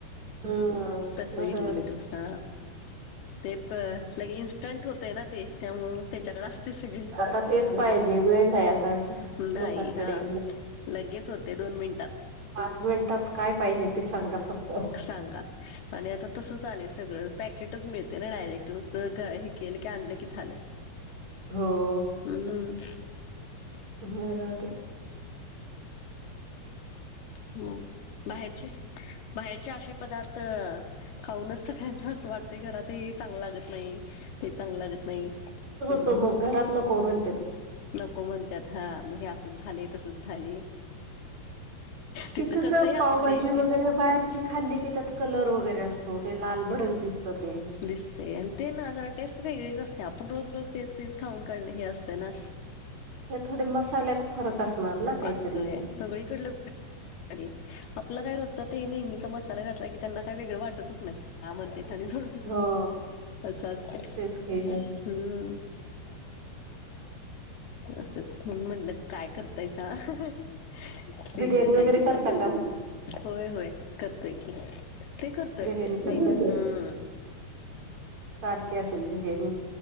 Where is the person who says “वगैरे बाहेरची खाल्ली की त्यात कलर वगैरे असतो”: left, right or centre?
Right